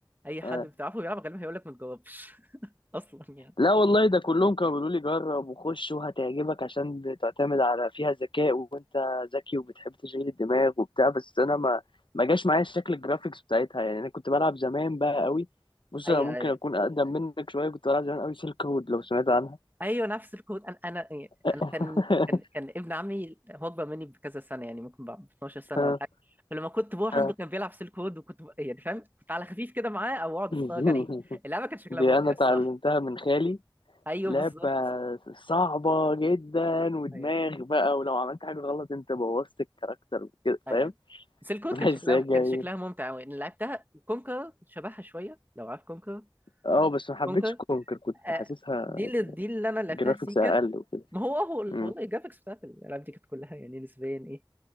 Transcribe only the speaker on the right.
اي حد
بتعرفه بيلعبها غالبا هيقول لك ما تجربش <laughs> اصلا يعني
ايوه
أيوة.
ايوه نفس الكود انا انا يعني،
انا كان كان كان ابن عمي هو اكبر مني بكذا سنه يعني ممكن ب 12 سنه
ولا حاجه فلما كنت بروح
عنده كان بيلعب سيل كود وكنت ب- يعني فاهم كنت على خفيف كده معاه او اقعد اتفرج
عليه اللعبه كان شكلها
ممتع
الصراحه
ايوه
بالظبط
ايوه
ايوه
سيل
كود
كان شكلها
كان شكلها ممتع قوي انا لعبتها كونكر شبهها شويه لو عارف كونكر
كونكر
آه
دي اللي دي اللي انا لعبتها
سيكا
ما هو هو والله
الجرافيكس بتاعت الالعاب دي كانت كلها يعني نسبيا ايه